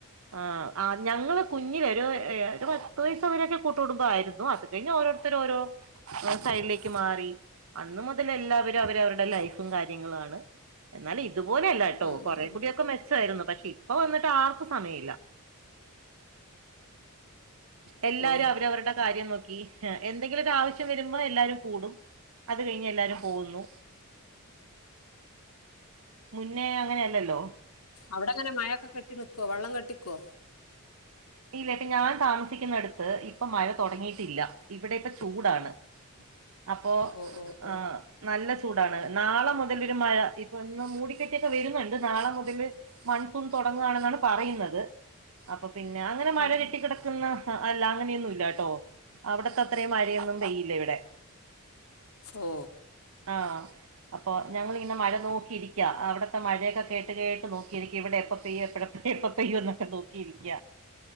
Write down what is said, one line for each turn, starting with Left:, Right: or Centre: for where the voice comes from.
Right: ആ ആ ഞങ്ങള് കുഞ്ഞിവെരോ ഏഹ് ഒരു പത്ത് വയസ് വരെയൊക്കെ കൂട്ട്കുടുമ്പം ആയിരുന്നു അത് കഴിഞ്ഞ് ഓരോ ഓരോരുത്തര് ഓരോ സൈഡിലേക്ക് മാറി അന്ന് മൊ ത്തത്തിൽ എല്ലാവരും അവരവരുടെ ലൈഫും കാര്യങ്ങളു ആണ് എന്നാലും ഇതുപോലെയല്ലട്ടോ
Left: ഉം
Right: കൊറെേ
Left: ഉം ഉം
Right: കൂടിയൊക്കെ മെച്ച ത്തായിരുന്നു പക്ഷെ ഇപ്പൊ വന്നിട്ട് ആർക്കും സമയില്ല എല്ലാരും
Left: ഓ
Right: അവരവരുടെ കാര്യം നോക്കി ഏഹ് എന്തെങ്കിലും ഒരു
Left: അ-
Right: ആവശ്യം വരുമ്പോ എല്ലാരും കൂടും അ അത് കഴിഞ്ഞ് എല്ലാരും പോവുന്നു മുന്നേ അങ്ങനെയല്ലല്ലോ
Left: അവിടെങ്ങനെ മഴയൊക്കെ കെട്ടി നിക്കുവോ വെള്ളം കെട്ടിക്കുവോ?
Right: ഇല്ല ഇപ്പൊ ഞാൻ താമസിക്കുന്നടുത്ത് ഇപ്പൊ മഴ തൊടങ്ങിയിട്ടില്ല ഇവിടെ ഇപ്പ ചൂടാണ്
Left: <inaudible>
Right: അപ്പോ
Left: ഓ ഓ
Right: ആ
Left: ഓ
Right: നല്ല ചൂടാണ് നാള മുതലൊരു മഴ ഇപ്പൊ ഇന്ന് മൂടിക്കെട്ടിയൊക്കെ വെരുന്നുണ്ട് നാള മുതല് മൺസൂൺ തൊ ടങ്ങാണെന്നാണ് പറയുന്നത് അപ്പൊ പിന്നെ അങ്ങനെ മഴ
Left: ഉം
Right: കെട്ടിക്കിടക്കുന്ന
Left: ഉം.
Right: അ അല്ല അങ്ങനെയൊന്നും ഇല്ലാട്ടോ അവിടത്ത അത്രേം മഴയൊന്നും പെയ്യില്ല ഇവിടെ
Left: ഓ
Right: ആഹ് അപ്പൊ ഞങ്ങളിങ്ങനെ മഴ നോക്കിയിരിക്ക അവിടത്തെ മഴയൊക്കെ കേട്ട് കേട്ട് നോക്കിയിരിക്ക ഇവിടെ എപ്പ പെയ്യ് എപ്പഴ എപ്പം പെയ്യോന്നൊക്കെ നോക്കിയിരിക്ക